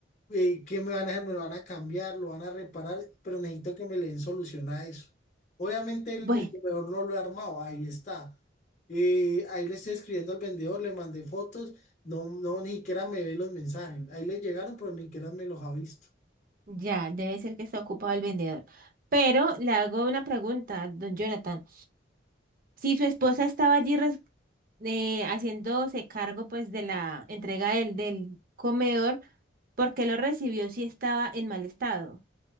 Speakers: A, on the left; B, on the right.
A: eh, ¿qué me van a hacer? Me lo van a cambiar, lo van a reparar, pero necesito que me le den solución a eso. Obviamente el,
B: bueno,
A: el comedor no lo he armado, ahí está. Eh, ahí le estoy escribiendo al vendedor, le mandé fotos, no, no, ni siquiera me ve los mensajes. Ahí le llegaron, pero ni siquiera me los ha visto.
B: ya, debe ser que está ocupado el vendedor. Pero le hago una pregunta, don Jonathan. Si su esposa estaba allí eh, haciéndose cargo pues de la entrega del, del comedor porque lo recibió si estaba en mal estado. O